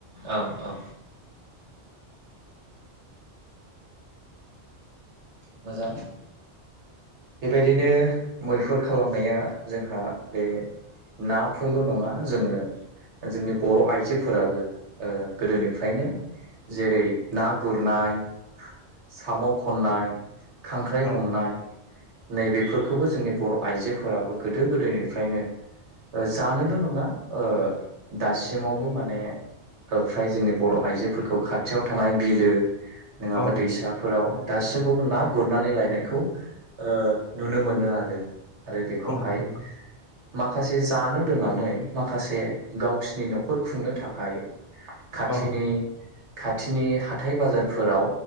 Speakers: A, on the right (about 75°); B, on the left (about 25°).
A: औ औ मोजां। बेबायदिनो मैहुर खालामनाया जोंहा बे नाफोरल' नङा जोङो जोंनि बर' आइजोफोराबो ओ गोदोनिफ्रायनो जेरै ना गुरनाय साम' खननाय खांख्राइ
B: औ
A: हमनाय नैबेफोरखोबो जोंनि बर' आइजोफोराबो गोदो गोदायनिफ्रायनो ओ जानोल' नङा ओ दासिमावबो माने हो फ्राय जोंनि बर' आइजोफोरखौ खाथियाव थानाय बिलो नोङाबा
B: औ
A: दैसाफोराव दासिमबावबो ना गुरनानै लायनायखौ ओ नुनो मोनो आरो आरो बेखौहाय
B: औ नंगौ
A: माखासे जानो दोननानै माखासे गावसिनि न'खर खुंनो थाखाय खाथिनि
B: औ
A: खाथिनि हाथाय बाजारफोराव